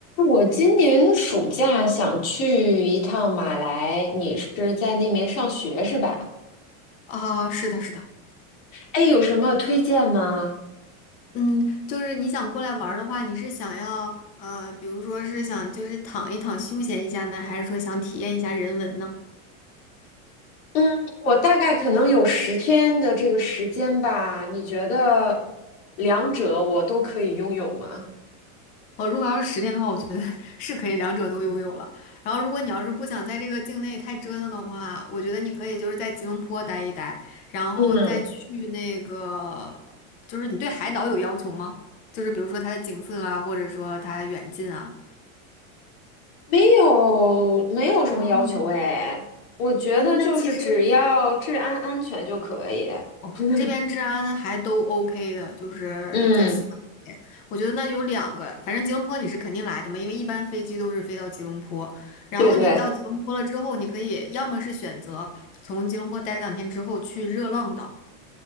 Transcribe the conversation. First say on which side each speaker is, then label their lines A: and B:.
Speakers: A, on the left; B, on the left.
A: 我今年暑假想去一趟马来，你是在那边上学是吧？
B: 啊，是的，是的，
A: 哎，有什么推荐吗？
B: 嗯，就是你想过来玩儿的话，你是想要呃，比如说是想就是躺一躺休闲一下呢，还是说想体验一下人文呢？
A: 嗯，我大概可能有十天的这个时间吧，你觉得两者我都可以拥有吗？
B: 哦，如果要是十天的话，我觉得 <laughs> 是可以两者都拥有了。然后，如果你要是不想在这个境内太折腾的话，我觉得你可以就是在吉隆坡待一待，然后再去那个，
A: 嗯，
B: 就是你对海岛有要求吗？就是比如说它的景色啊，或者说它的远近啊。
A: 没有，没有什么要求哎，
B: 哦，
A: 我觉得就是只要治安安全就可以。
B: 嗯那其实。哦，
A: <laughs>
B: 这边治安还都 OK 的，就是在西马那边。
A: 嗯，
B: 我觉得那有两个，反正吉隆坡你是肯定来的嘛，因为一般飞机都是飞到吉隆坡。然后你到吉隆坡了之后，
A: 对对。
B: 你可以要么是选择从吉隆坡待两天之后去热浪岛，